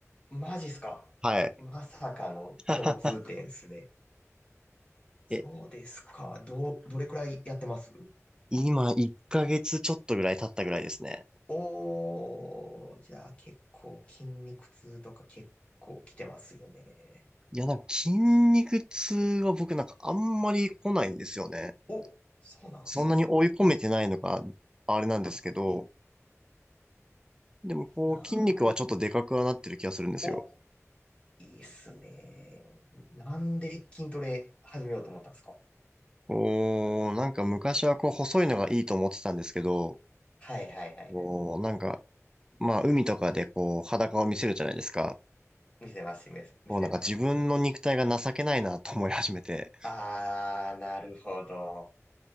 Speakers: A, on the left; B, on the right.
A: マジっすか。
B: はい。
A: まさかの共通点っすね。
B: <laughs>
A: そうですか。
B: え、
A: どう、どれくらいやってます
B: 今1ヶ月ちょっとぐらい経ったぐらいですね。
A: おー、じゃあ結構筋肉痛とか結構来てますよね。
B: いや、なんか筋肉痛は僕なんかあんまり来ないんですよね。
A: お、そうなんすね。
B: そんなに追い込めてないのがあれなんですけど、でもこう筋肉はちょっとでかくはなってる気がするんですよ。
A: なん、お、いいっすね。なんで筋トレ始めようと思ったんですか
B: こう、なんか昔はこう細いのがいいと思ってたんですけど、
A: はいはいはいはい。
B: こう、なんかまあ、海とかでこう、裸を見せるじゃないですか。
A: 見せます、見せ見せます。
B: もうなんか自分の肉体が情けないなと思い始めて。
A: あー、なるほど。